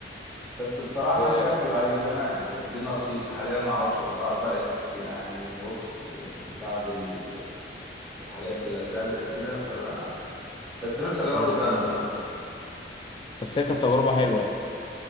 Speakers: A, in the centre; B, on the left (about 30°).
A: بس بصراحه
B: و
A: مش هكدب عليك زمان كانت الدنيا رخيصه حاليا ما اعرفش الاسعار بقت يعني بص آه، بعد ال- الحاجات اللي زادت وكده فبقى بس نفسي اجربه
B: آه،
A: تاني
B: الدنيا
A: بصراحه
B: غالية. بس هي كانت تجربه حلوه يعني